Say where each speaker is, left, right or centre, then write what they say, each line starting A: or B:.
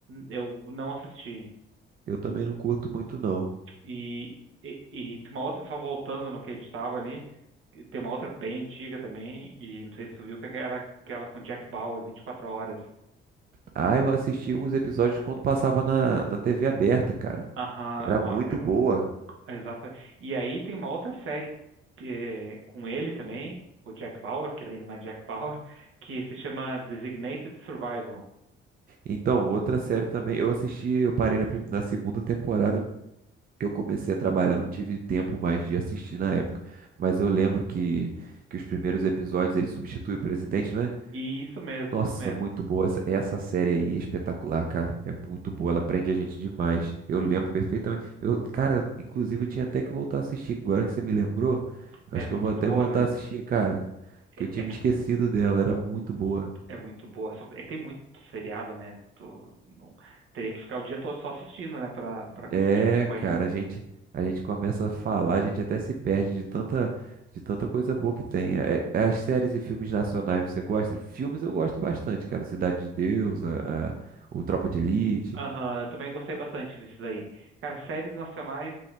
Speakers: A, on the right; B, on the right.
A: eu não assisti.
B: Eu também não curto muito, não.
A: E, e, e tem uma outra, só voltando no que a gente tava ali, que tem uma outra bem antiga também, e não sei se você viu, que era aquela com Jack Bauer, 24 horas.
B: Ah, eu assisti uns episódios quando passava na, na TV aberta, cara.
A: Aham,
B: Era
A: uma-
B: muito
A: é,
B: boa.
A: é exata. E aí tem uma outra série que é com ele também, o Jack Bauer, que daí não é Jack Bauer, <laughs> que se chama Designated Survival.
B: Então, outra série também. Eu assisti, eu parei na, prim- na segunda temporada que eu comecei a trabalhar. Não tive tempo mais de assistir na época. Mas eu lembro que, que os primeiros episódios ele substitui o presidente, né?
A: E isso mesmo,
B: Nossa,
A: isso mesmo.
B: muito boa. Essa, essa série aí é espetacular, cara. É muito boa. Ela prende a gente demais. Eu lembro perfeitamente. Eu, cara, inclusive eu tinha até que voltar a assistir. Agora que você me lembrou, eu
A: É
B: acho
A: muito
B: que eu vou até
A: boa,
B: voltar
A: né?
B: a assistir, cara. Que
A: É,
B: eu tinha
A: é
B: me
A: que
B: esquecido dela. Era muito boa.
A: É muito boa. Só, é, tem muito seriado, né? Tu, não, teria que ficar o dia todo só assistindo, né? Pra, pra conseguir
B: É,
A: acompanhar.
B: cara, a gente, a gente começa a falar, a gente até se perde de tanta, de tanta coisa boa que tem. É- é as séries e filmes nacionais, você gosta? Filmes eu gosto bastante, cara. Cidade de Deus, a, a- o Tropa de Elite.
A: Aham, eu também gostei bastante desses aí. Cara, séries nacionais,